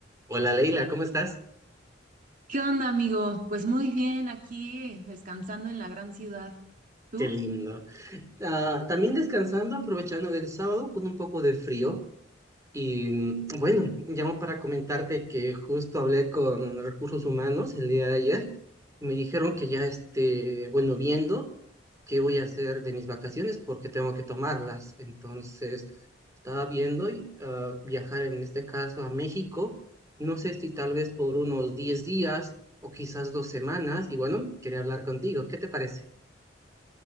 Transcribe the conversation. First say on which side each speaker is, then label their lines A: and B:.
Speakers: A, on the right; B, on the right.
A: Hola Leila, ¿cómo estás?
B: ¿Qué onda, amigo? Pues muy bien, aquí descansando en la gran ciudad. ¿Tú?
A: Qué lindo. Ah, también descansando, aprovechando el sábado con un poco de frío. Y mm, bueno, llamo para comentarte que justo hablé con recursos humanos el día de ayer. Me dijeron que ya esté, bueno, viendo qué voy a hacer de mis vacaciones porque tengo que tomarlas. Entonces, estaba viendo y, ah, viajar en este caso a México. No sé si tal vez por unos 10 días o quizás dos semanas. Y bueno, quería hablar contigo. ¿Qué te parece?